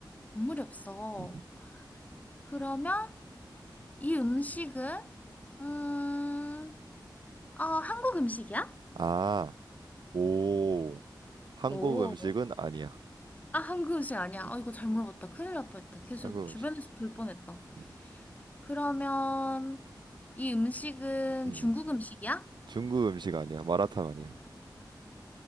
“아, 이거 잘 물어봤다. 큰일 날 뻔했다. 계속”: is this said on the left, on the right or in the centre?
Left